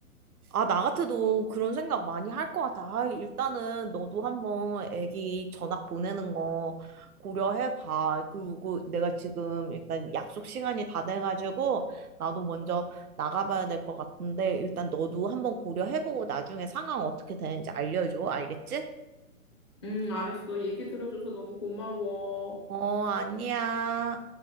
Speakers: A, on the right; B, on the left.
A: 아, 나 같아도 그런 생각 많이 할 것 같아. 아, 일단은 너도 한번 애기 전학 보내는 거 고려해봐. 그리고 내가 지금 일단 약속 시간이 다 돼가지고 나도 먼저 나가봐야 될 것 같은데 일단 너도 한번 고려해보고 나중에 상황 어떻게 되는지 알려줘. 알겠지?
B: 음, 알았어. 얘기 들어줘서 너무 고마워.
A: 어, 아니야.